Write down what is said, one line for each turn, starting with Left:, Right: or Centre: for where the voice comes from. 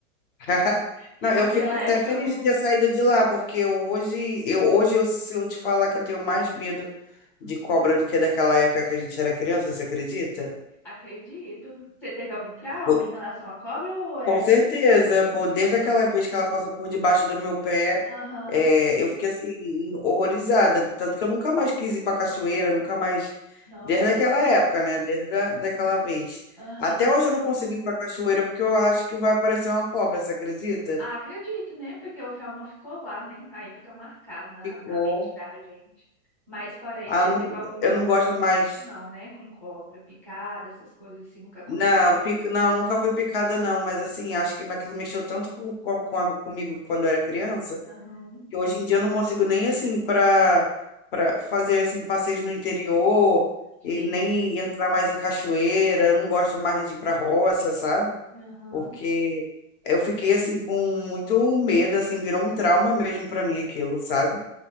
Left: <laughs>
Centre: que
Left: Não,
Centre: naquela
Left: eu fico até
Centre: época
Left: feliz
Centre: não
Left: de ter saído de lá, porque hoje, eu, hoje eu, se eu te falar que eu tenho mais medo de cobra do que daquela época que a gente era criança, você acredita?
Centre: Acredito. Você teve algum trauma
Left: Pô,
Centre: em relação à cobra ou é
Left: Com
Centre: porque
Left: certeza,
Centre: o
Left: pô, desde
Centre: que que foi
Left: aquela
Centre: que
Left: vez
Centre: aconteceu?
Left: que ela passou por debaixo do meu pé,
Centre: Aham,
Left: é, eu fiquei assim, horrorizada. Tanto que eu nunca mais quis ir pra cachoeira, nunca mais.
Centre: nossa,
Left: Desde aquela época, né? Desde a, daquela vez.
Centre: aham.
Left: Até hoje eu não consigo ir pra cachoeira porque eu acho que vai aparecer uma cobra, você acredita?
Centre: Ah, acredito, né? Porque o trauma ficou lá, né? Aí fica marcado na,
Left: Ficou.
Centre: na mente da gente. Mas fora isso,
Left: Ah,
Centre: você
Left: não-
Centre: teve algum
Left: eu não
Centre: outro
Left: gosto
Centre: incidente?
Left: mais.
Centre: Não, né? Com cobra, picada, essas coisas assim, nunca aconteceu
Left: Não,
Centre: contigo.
Left: pic- não, nunca fui picada, não. Mas assim, acho que aquilo mexeu tanto com, com- com- comigo quando eu era criança,
Centre: Aham,
Left: que hoje em dia eu não consigo nem assim para para fazer assim passeios no interior e
Centre: sim.
Left: nem entrar mais em cachoeira. Eu não gosto mais de ir pra roça, sabe?
Centre: Aham.
Left: Porque eu fiquei assim com muito medo, assim, virou um trauma mesmo pra mim aquilo, sabe?